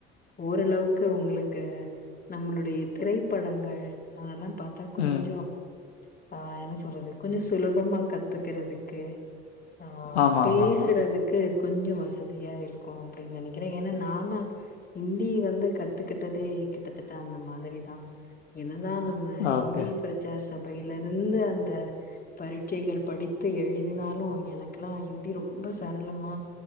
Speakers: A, on the left; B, on the left.
A: ஓரளவுக்கு உங்களுக்கு நம்மளுடைய திரைப்படங்கள் அதெல்லா பாத்தா கொஞ்சொ
B: ம்.
A: அ ஆஹ் என்ன சொல்றது கொஞ்சொ சுலப் பமா கத்துக்குறதுக்கு ஆஹ்
B: ஆமா,
A: பேசுறதுக்கு
B: ஆமா, ஆமா.
A: கொஞ்சொ வசதியா இருக்கு அப்டின் நெனைக்கிறே ஏனா நானா ஹிந்தி வந்து கத்துக்கிட்டதே கிட்டத்தட்ட அந்த மாதிரி தா ஏன தா நம்ம
B: ஓகே.
A: ஹிந்தி பிரிச்சர்ஸ் உடையில இருந்து அந்த பரிட்சைகள் படித்து எழுதினாலு எனக்கெல்லா ஹிந்தி ரொம்ப சரளமா